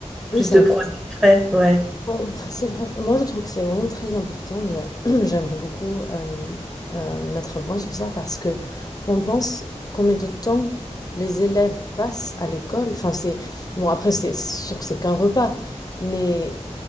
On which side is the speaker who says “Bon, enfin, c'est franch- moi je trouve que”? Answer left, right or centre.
Left